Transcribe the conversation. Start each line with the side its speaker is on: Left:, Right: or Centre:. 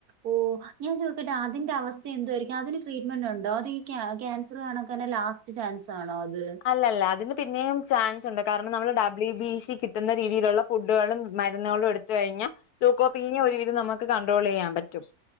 Right: ഓ ഞാൻ ചോയ്ക്കട്ടെ അതിന്റെ അവസ്ഥ എന്തുവായിരിക്കും അതിന് ട്രീറ്റ്മെന്റുണ്ടോ അത് ഈ ക്യാൻ ക്യാൻസർ കാണക്കന്നെ ലാസ്റ്റ് റ്റ് ചാൻസാണോ അത്
Left: അല്ലല്ല അതിനുപിന്നെയും ചാൻസുണ്ട് കാരണം നമ്മള് ഡബ്ല്യു ബി സി കിട്ടുന്ന രീതിയിലുള്ള ഫുഡ്ഡുകളും മരുന്നുകളും എടു ത് കഴിഞ്ഞാ ലൂക്കോപ്പീനിയാ ഒരുവിധം നമുക്കു കൺട്രോൾ ചെയ്യാൻ പറ്റ് റ്റും